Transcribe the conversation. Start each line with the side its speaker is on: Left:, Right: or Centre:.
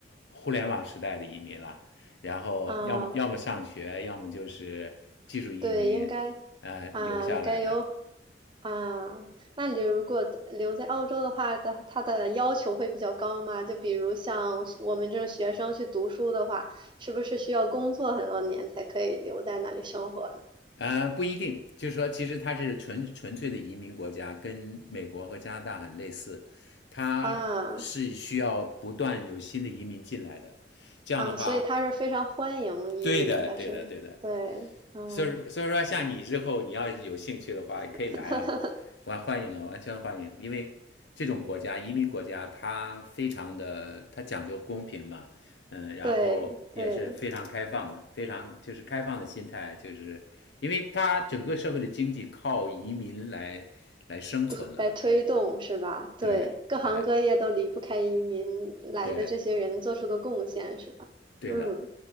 Left: 互联网时代的移民了，然后要么要么上学，
Right: 啊，
Left: 要么就是技术移民，
Right: 对，应该
Left: 呃，留下来的。
Right: 啊，应该有啊。那你如果留在澳洲的话，的它的要求会比较高吗？就比如像我们这种学生去读书的话，是不是需要工作很多年才可以留在那里生活呢？
Left: 呃，不一定，就是说，其实它是纯纯粹的移民国家，跟美国和加拿大很类似，它是需要不断有新的移民进来的。
Right: 啊
Left: 这样的话，
Right: 啊，所以他是非常欢迎移民的，
Left: 对的，对的，
Right: 是吗？
Left: 对的。
Right: 对，嗯，
Left: 所以所以说，像你之后你要有兴趣的话，可以来啊，
Right: <laughs>
Left: 完欢迎啊，完全欢迎。因为这种国家，移民国家，它非常的，它讲究公平嘛，嗯，然后也是非常开放的，
Right: 对对，
Left: 非常就是开放的心态，就是因为它整个社会的经济靠移民来来生存了，
Right: 推来推动是吧？对，
Left: 对对
Right: 各行各业都离不开移民来的这些人做出的贡献是吧？
Left: 对对的，
Right: 嗯